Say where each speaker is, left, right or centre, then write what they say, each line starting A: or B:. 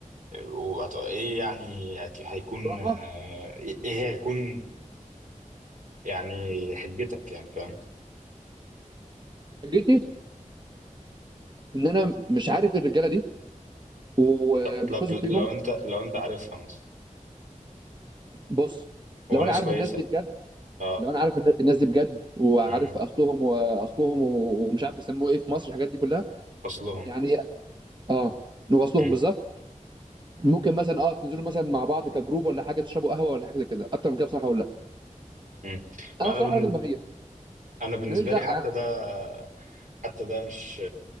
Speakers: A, on the right; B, on the right.
A: وهت- ايه يعني هت- هيكون
B: بصراحة
A: آه، ايه إيه هيكون يعني حجتك يعني فاهم
B: حجتي إن أنا مش عارف الرجالة دي ومش
A: لو
B: واثق فيهم،
A: لو انت لو انت عارفها مثلا
B: بُص
A: هو
B: لو
A: ناس
B: أنا عارف
A: كويسه
B: الناس دي بجد
A: اه
B: لو أنا عارف الن الناس دي بجد وعارف
A: امم
B: أصلهم وأصلهم و ومش عارف بيسموه إيه في مصر الحاجات دي كلّها،
A: اصلهم
B: يعني آه، وأصلهم
A: امم
B: بالضبط، ممكن مثلًا آه تنزلوا مثلًا مع بعض كجروب والّا حاجة تشربوا قهوة والّا حاجة زي كده، أكتر من كده بصراحة هاقول لأ،
A: امم
B: أنا
A: فانا
B: بصراحة
A: بالنسبه
B: راجل بغير
A: انا بالنسبه
B: ما ليش دعوة
A: لي حتى
B: يعني
A: ده حتى ده مش